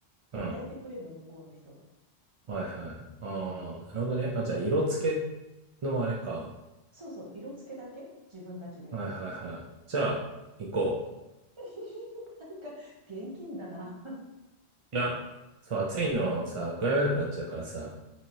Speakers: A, on the right; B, on the right.
A: うん。
B: や、焼いてくれんの、向こうの人が。
A: はいはい。あ
B: うん。
A: あ、なるほどね。あ、じゃあ、色付けのあれか。
B: そうそう、色付けだけ自分たちでやるのは。
A: はいはいはい。じゃあ、行こう。
B: <laughs> なんか、現金だな。
A: いや、そう、暑いのさ、具合悪くなっちゃうからさ、